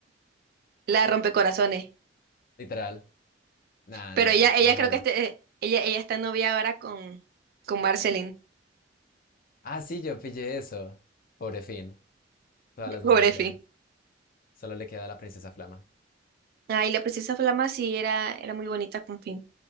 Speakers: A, on the right; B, on the left.
A: <laughs> La rompecorazones.
B: Literal. Nada,
A: Pero
B: nada
A: ella,
B: mal.
A: ella
B: La
A: creo
B: mala.
A: que este, eh, ella, ella está novia ahora con, con Marceline.
B: Ah, sí, yo pillé eso. Pobre Finn. Todas las
A: Pobre
B: novias se
A: Fi.
B: le van. Solo le queda la princesa Flama.
A: Ay, la princesa Flama sí era, era muy bonita con Finn.